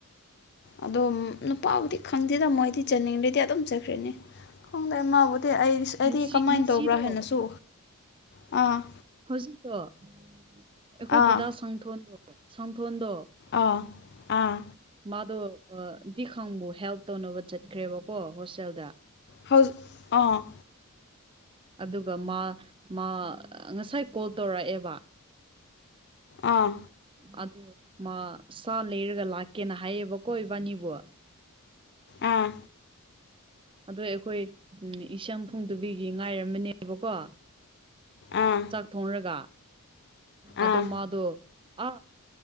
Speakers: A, on the left; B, on the right.
A: ꯑꯗꯣ ꯅꯨꯄꯥꯕꯨꯗꯤ ꯈꯪꯗꯦꯗꯥ ꯃꯣꯏꯗꯤ ꯆꯠꯅꯤꯡꯑꯗꯤ ꯑꯗꯨꯝ ꯆꯠꯈ꯭ꯔꯅꯤ ꯈꯪꯏ ꯃꯥꯕꯨꯗꯤ ꯑꯩ ꯑꯩꯗꯤ
B: ꯉꯁꯤ
A: ꯀꯃꯥꯏꯅ
B: ꯉꯁꯤꯗꯣ
A: ꯇꯧꯕ꯭ꯔꯥ ꯍꯥꯏꯅꯁꯨ ꯑꯥ
B: ꯍꯧꯖꯤꯛꯇꯣ ꯑꯩꯈꯣꯏ
A: ꯑꯥ
B: ꯗꯗꯥ ꯁꯪꯊꯣꯟꯗꯣ ꯁꯪꯊꯣꯟꯗꯣ
A: ꯑꯥ ꯑꯥ
B: ꯃꯥꯗꯣ ꯗꯤ ꯈꯪꯕꯨ ꯍꯦꯜꯞ ꯇꯧꯅꯕ ꯆꯠꯈ꯭ꯔꯦꯕꯀꯣ ꯍꯣꯁꯇꯦꯜꯗ
A: ꯍꯧꯖ ꯑꯥ
B: ꯑꯗꯨꯒ ꯃꯥ ꯃꯥ ꯉꯁꯥꯏ ꯀꯣꯜ ꯇꯧꯔꯛꯑꯦꯕ
A: ꯑꯥ
B: ꯑꯗꯨ ꯃꯥ ꯁꯥ ꯂꯩꯔꯒ ꯂꯥꯛ ꯀꯦꯅ ꯍꯥꯏꯌꯦꯕꯀꯣ ꯏꯕꯥꯅꯤꯕꯨ
A: ꯑꯥ
B: ꯑꯗꯣ ꯑꯩꯈꯣꯏ ꯏꯁꯝ ꯐꯣꯡꯗꯕꯤꯒꯤ ꯉꯥꯏꯔꯝꯕꯅꯦꯕꯀꯣ
A: ꯑꯥ
B: ꯆꯥꯛ ꯊꯣꯡꯔꯒ ꯑꯣ
A: ꯑꯥ
B: ꯃꯥꯗꯣ ꯑ